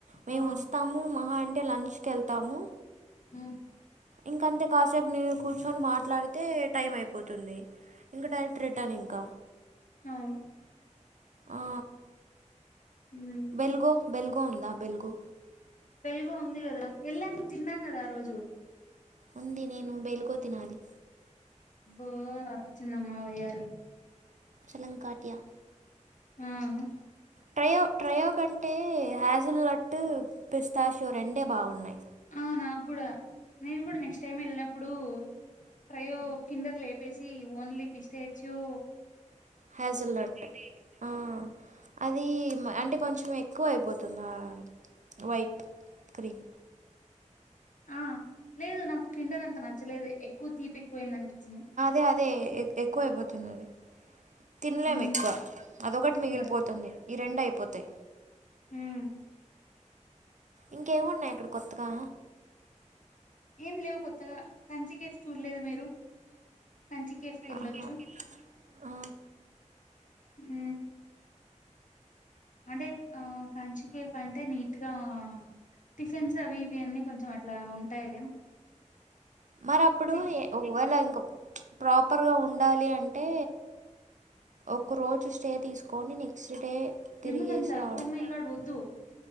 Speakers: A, on the right; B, on the left.
A: మేం
B: ఆ
A: ఒస్తాము మహా అంటే లంచ్కి ఎళ్తాము
B: ఉ
A: ఇంక అంతే కాసేపు నేను కూర్చొని మాట్లాడితే టైం అయిపోతుంది ఇంకా డైరెక్ట్ రి టనింక
B: అవును
A: ఆ
B: ఉమ్
A: బెల్ గో బెల్గో ఉందా బెల్గో
B: బెల్గో ఉంది కదా వెళ్ళాం తిన్నాం కదా ఆ రోజు
A: ఉంది నేను బెల్గో తినాలి
B: అబ్బో ఓచ్చిందమ్మ వయ్యారి
A: చాలంకాటియా
B: ఉహు
A: ట్రయో ట్రయో కంటే హ్యాజిల్ లడ్డు పిస్తాషోరు రెండే బాగున్నాయి
B: ఆ నాక్ కూడా నేన్ కూడా నెక్స్ట్ టైం వెళ్ళినప్పుడు ప్రయో కిందర్ లేపేసి ఓన్లీ పి స్టాచ్యూ
A: హై జ్ ఎ లాట్ ఆ అది అంటే కొంచెం ఎక్కువ అయిపోతుంది ఆ వైట్ క్రీమ్
B: ఆ లేదు నాకు కిండర్ అంత నచ్చలేదు ఎక్కువ తీపి ఎక్కువయింది అనిపించింది
A: ఎ అదే ఎక్కువ అయిపోతున్నది అది తినలేము
B: ఉమ్
A: ఎక్కువ అదొకటి మిగిలిపోతుంది
B: యా
A: ఈ రెండు అయిపోతాయి
B: ఉమ్
A: ఇంకేమున్నయి అక్కడ కొత్తగా
B: ఏం లేవు కొత్తగా కంచికేఫ్ చూడలేదా మీరు కంచికేఫ్ వెళ్ళోచ్చు
A: ఆహా ఆ
B: ఉమ్ అంటే ఆ కంచికెఫ్ అంటే నీటిగా టిఫిన్స్ అవి ఇవి అన్నీ కొంచెం అట్లా ఉంటాయిలే
A: మరి అప్పుడు
B: టిఫ్
A: ఏ- ఒకవేళ ఇంకా ప్రాపర్గా ఉండాలి అంటే ఒక రోజు స్టే తీసుకొని నెక్స్ట్ డే తిరిగేసి
B: ఎందుకంత
A: రావడమా
B: ఓమై గాడ్ వద్దు